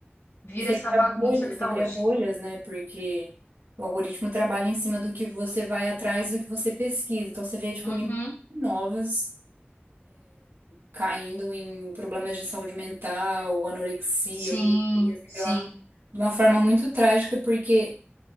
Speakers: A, on the left; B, on the right.
A: vira
B: E você
A: essa
B: cria
A: bagunça
B: bolhas,
A: que está
B: você cria
A: hoje.
B: bolhas, né? Porque o algoritmo trabalha em cima do que você vai atrás, do que você pesquisa. Então você vê, tipo,
A: Uhum.
B: meninas novas. caindo em problemas de saúde mental, anorexia,
A: Sim,
B: bulimia,
A: sim,
B: sei lá, de uma forma muito trágica, porque